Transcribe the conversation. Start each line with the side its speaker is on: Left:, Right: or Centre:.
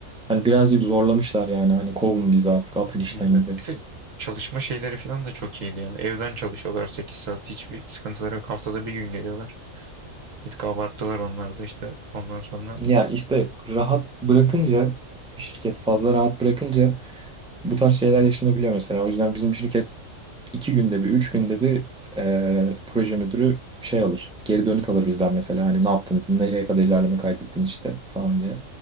Centre: Hani birazcık zorlamışlar yani hani kovun bizi artık atın işten
Right: yani
Centre: gibi.
Right: bir de çalışma şeyleri falan da çok iyiydi yani. Evden çalışıyorlar 8 saat. Hiçbir sıkıntıları yok. Haftada bir gün geliyorlar. Bir tık abarttılar onlar da işte. Ondan sonra
Centre: Ya işte rahat bırakınca şirket fazla rahat bırakınca bu tarz şeyler yaşanabiliyor mesela. O yüzden bizim şirket iki günde bir, üç günde bir e, proje müdürü şey alır. Geri dönüt alır bizden mesela. Hani ne yaptınız, nereye kadar ilerleme kaydettiniz işte falan diye.